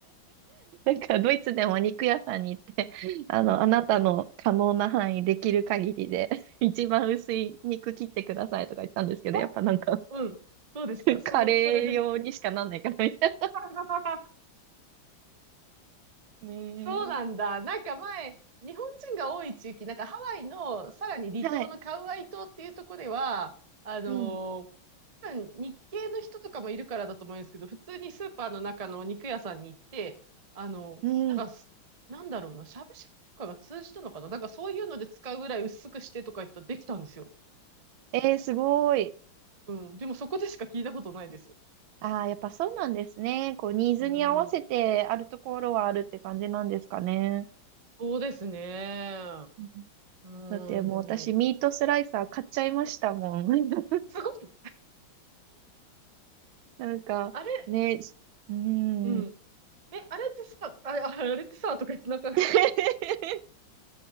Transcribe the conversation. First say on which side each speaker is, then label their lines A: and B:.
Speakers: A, on the right; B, on the right.
A: んか、ドイツでも肉屋さんに行って、あの、あなたの可能な範囲、できる限りで、<laughs> 一番薄い肉切ってくださいとか言ったんですけど、
B: あ
A: やっぱなんか、
B: うん。どうですかその、
A: <laughs> カレー用にしかなんないからみたい
B: それで。<laughs>
A: な。ね
B: そうなんだ。なんか前、日本人が多い地域、なんかハワイのさらに離島のカウアイ島っていうところでは、
A: え。はい。
B: あの
A: うん。
B: 多分日系の人とかもいるからだと思うんですけど、普通にスーパーの中の肉屋さんに行って、あの、
A: うん。
B: なんかす、なんだろうな、しゃぶしゃぶとかが通じたのかななんかそういうので使うぐらい薄くしてとか言ったらできたんですよ。
A: えー、すごい。
B: うん。でもそこでしか聞いたことないです。
A: ああ、やっぱそうなんですね。こう、ニーズに合わせてあるところはあるって感じなんですかね。
B: うん。そうですね。
A: うん
B: う
A: だってもう私、
B: ん、でも、
A: ミートスライサー買っちゃいましたもん。<laughs>
B: すごく、
A: なんか、
B: あれ、
A: ね、うーん。
B: うん。え、あれってさ、あれ、ああれってさ、とか言って、なんか、
A: <laughs>